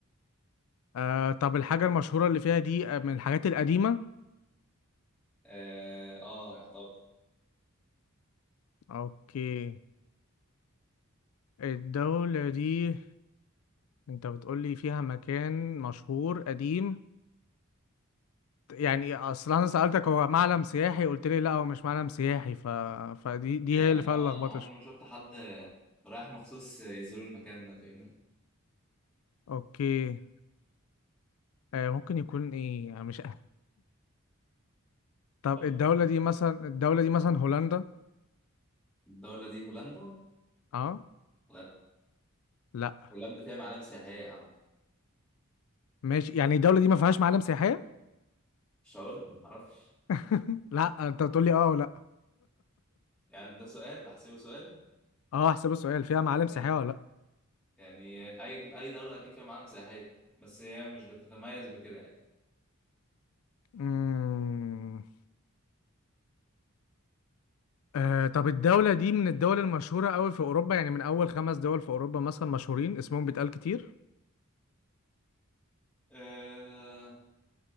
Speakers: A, on the left (about 80°); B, in the centre.
A: آه طب الحاجة المشهورة اللي فيها دي آه، من الحاجات القديمة
B: اه آه، يعتبر
A: أوكي الدولة دي أنت بتقولي فيها مكان مشهور قديم يعني اصل انا سألتك هو معلم سياحي قلت لي لا هو مش معلم سياحي ف... فدي دي
B: يعني
A: هي اللي فيها
B: اه
A: اللخبطة
B: انا عمري
A: شوية.
B: ما شفت حد رايح مخصوص يزور المكان ده فاهمني
A: اوكي آه ممكن يكون ايه انا مش <laughs> طب
B: طب
A: الدولة دي مثلا الدولة دي مثلا هولندا
B: الدولة دي هولندا
A: اه
B: لا
A: لا
B: هولندا فيها معالم سياحية يا عم
A: ماشي يعني الدولة دي ما فيهاش معالم سياحية
B: مش هقول معرفش
A: <laughs> لا انت بتقول لي اه ولا لا
B: يعني ده سؤال احسبه سؤال
A: اه احسب السؤال فيها معالم
B: آه،
A: سياحية ولا لا
B: يعني اي اي دولة اكيد فيها معالم سياحية بس هي مش بتتميز بكده يعني
A: امم آه طب الدولة دي من الدول المشهورة قوي في اوروبا يعني من اول خمس دول في اوروبا مثلا مشهورين اسمهم بيتقال كتير
B: أه